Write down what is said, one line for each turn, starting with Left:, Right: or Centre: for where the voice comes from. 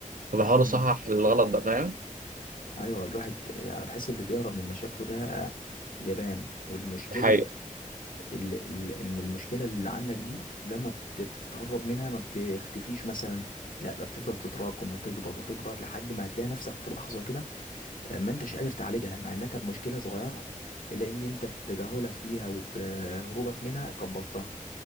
Right: فبحاول
Left: مم.
Right: اصحح الغلط ده فاهم
Left: ايوه الواحد انا بحس اللي بيهرب من مشاكله ده جبان والمشكله
Right: دي حقيقة
Left: ال ال ان المشكله اللي عندك دي لما بت- بتتهرب منها ما بتختفيش مثلا لا لا بتفضل تتراكم وتكبر وتكبر لحد ما هتلاقي نفسك في لحظه كده آه، ما انتش قادر تعالجها مع انها كانت مشكله صغيره الا ان انت بتجاهلك ليها وبهروبك منها كبرتها